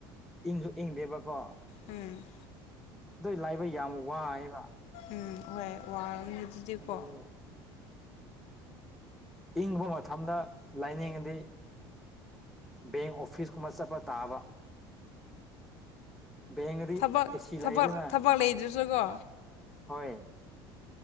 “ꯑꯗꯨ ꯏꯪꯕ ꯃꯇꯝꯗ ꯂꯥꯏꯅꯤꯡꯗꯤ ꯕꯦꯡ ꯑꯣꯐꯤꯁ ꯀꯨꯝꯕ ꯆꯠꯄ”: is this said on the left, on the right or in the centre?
Centre